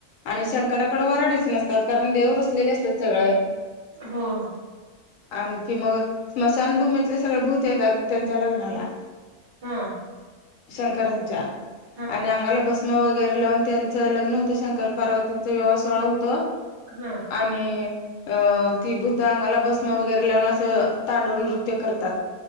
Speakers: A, on the left (about 75°); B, on the right (about 50°).
A: आणि शंकराकडे वराडीच नसतात, कारण देव रुसलेले असतात सगळे.
B: हो.
A: आणखी मग स्मशानभूमीतले सगळे भूत येतात. त्यांच्या लग्नाला,
B: हा
A: शंकरांच्या.
B: हा
A: आणि अंगाला भस्- म वगैरे लावून तेल. च लग्न होतं. शंकर पार्वतीच विवाह सोहळा होतो,
B: हा
A: आणि अं, ती भूत अंगाला भस्म वगैरे लावून, असं तांडव नृत्य करतात.